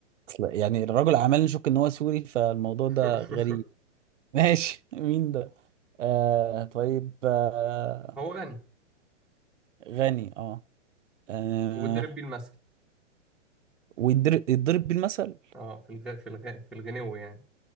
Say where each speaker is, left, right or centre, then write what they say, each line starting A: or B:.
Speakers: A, on the right; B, in the centre.
A: أصل يعني رجل أعمال نشك إن هو سوري فالموضوع
B: <laughs>
A: ده غريب ماشي <laughs> مين ده؟ آه طيب آه
B: هو غني
A: غني اه, آه
B: وضرب آه. بيه المثل
A: ويضرب يضرب بيه المثل
B: اه في الغ... في الغ... في الغنو يعني